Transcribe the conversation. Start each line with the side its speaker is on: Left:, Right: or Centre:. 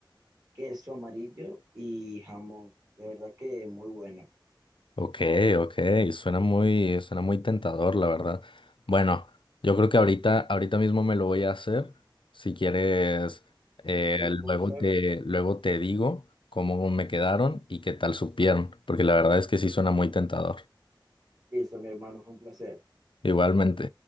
Right: queso amarillo y jamón. De verdad que muy bueno.
Left: Ok, ok, suena muy, suena muy tentador, la verdad. Bueno, yo creo que ahorita, ahorita mismo me lo voy a hacer. Si quieres, eh,
Right: Cualquier cosa.
Left: luego te, luego te digo cómo me quedaron y qué tal supieron, porque la verdad es que sí suena muy tentador.
Right: Listo, mi hermano, fue un placer.
Left: Igualmente.